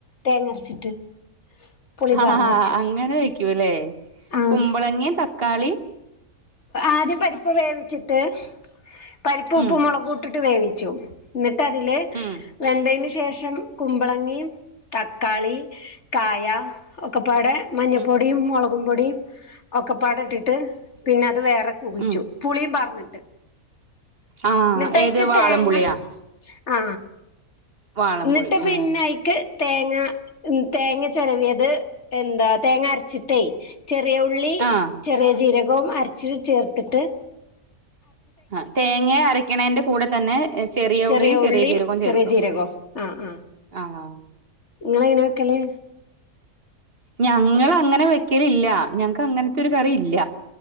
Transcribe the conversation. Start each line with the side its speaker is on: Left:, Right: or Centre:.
Left: തേങ്ങരച്ചിട്ട്. പുളി
Right: ആഹ്
Left: പാർന്ന് വെച്ചു
Right: അങ്ങനെ വെക്കൂല്ലേ
Left: ആഹ്
Right: കുമ്പളങ്ങിം തക്കാളിം.
Left: ആദ്യം പരിപ്പ് വേവിച്ചിട്ട് പരിപ്പ് ഉപ്പും
Right: ഉം
Left: മൊളകു ഇട്ടി ട്ട് വേവിച്ചു ന്നട്ട് അതില്.
Right: ഉം
Left: വെന്തേന് ശേഷം കുമ്പളങ്ങി തക്കാളി കായ. ഒക്ക പ്പാടെ മഞ്ഞപ്പൊടിം
Right: ഉം
Left: മൊളകും പൊടിം ഒക്കെ പ്പാട ഇട്ടിട്ട് പിന്നെ അത് വേറെ. കുവിച്ചു
Right: ഉം
Left: പുളീം പാർന്നിട്ട്.
Right: ആഹ്
Left: ന്നട്ടയിക്ക്
Right: ഏത് വാളംപുളിയാ
Left: തേങ്ങ ആ
Right: വാളംപുളി
Left: ന്നട്ട് പിന്ന
Right: ആഹ്
Left: അയിക്ക്. തേങ്ങ ഉം തേങ്ങ ചെരവിയത് എന്താ തേങ്ങ അര്ച്ചിട്ടെയ്. ചെറിയ ഉള്ളി
Right: ആഹ്
Left: ചെറിയ ജീരകവും അരച് ചേർത്ത്ട്ട്.
Right: ആ തേങ്ങ അരക്ക്ണേന്റെ കൂടെ തന്നെ.
Left: ചെറിയ
Right: ഉള്ളിയും
Left: ഉള്ളി
Right: ജീരകവും ചേർക്കും
Left: ചെറിയ ജീരകും ആ ആ
Right: ആഹ്
Left: ഇങ്ങള് എങ്ങനെ വെക്കല്
Right: ഞങ്ങള് അങ്ങനെ വെക്കലില്ല ഞങ്ങക് അങ്ങൻത്തൊര് കറി ഇല്ല